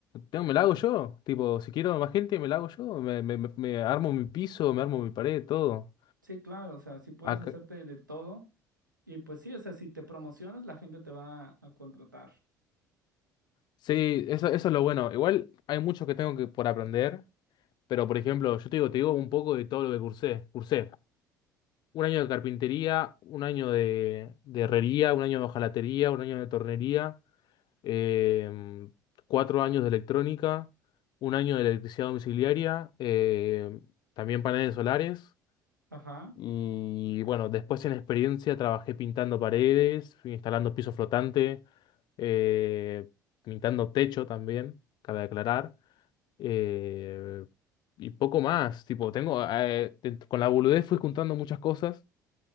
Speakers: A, on the left; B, on the right.
A: tengo, me la hago yo, tipo, si quiero más gente, me la hago yo, me, me, me- me armo mi piso, me armo mi pared, todo.
B: sí, claro, o sea, sí puedes
A: Acá-
B: hacerte de todo. Y pues sí, o sea, si te promocionas, la gente te va a a contratar.
A: sí, eso, eso es lo bueno. Igual hay mucho que tengo que por aprender, pero por ejemplo, yo te digo, te digo un poco de todo lo que cursé. Cursé un año de carpintería, un año de, de herrería, un año de hojalatería, un año de tornería. em, cuatro años de electrónica, un año de electricidad domiciliaria, em, también paneles solares.
B: Ajá,
A: Y bueno, después en experiencia trabajé pintando paredes, fui instalando piso flotante, eh, pintando techo también, cabe aclarar. eh, y poco más, tipo, tengo, eh, te- con la boludez fui juntando muchas cosas.